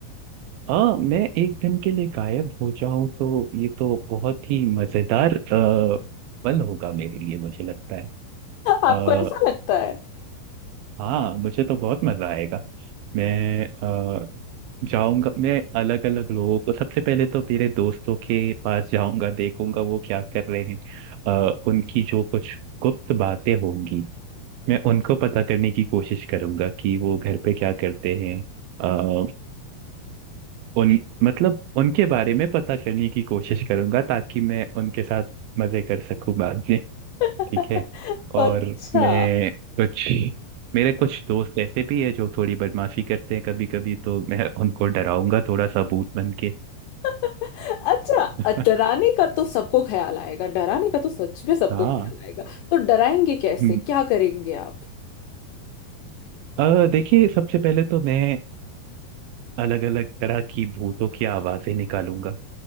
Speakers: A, on the right; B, on the left.
A: अ मैं एक दिन के लिए गायब हो जाऊं तो ये तो बहुत ही मजेदार अ, पल होगा मेरे लिए मुझे लगता है
B: आपको
A: अ,
B: ऐसा लगता है
A: हाँ मुझे तो बहुत मजा आएगा मैं अ, जाऊंगा मैं अलग अलग लोगों को सबसे पहले तो मेरे दोस्तों के पास जाऊंगा देखूंगा वो क्या कर रहे हैं अ, उनकी जो कुछ गुप्त बातें होंगी मैं उनको पता करने की कोशिश करूंगा कि वो घर पे क्या करते हैं अ, उन मतलब उनके बारे में पता करने की कोशिश करूंगा ताकि मैं उनके साथ मजे कर सकूं बाद में
B: <laughs>
A: ठीक है और
B: अच्छा
A: मैं कुछ मेरे कुछ दोस्त ऐसे भी है जो थोड़ी बदमाशी करते हैं कभी कभी तो मैं उनको डराऊंगा थोड़ा सा भूत बन के
B: अच्छा
A: <laughs>
B: डराने का तो सबको ख्याल आएगा डराने का तो सच में सबको
A: हाँ
B: ख्याल आएगा तो डराएंगे कैसे
A: हम्म,
B: क्या करेंगे आप
A: अ, देखिए सबसे पहले तो मैं अलग अलग तरह की भूतों की आवाजें निकालूंगा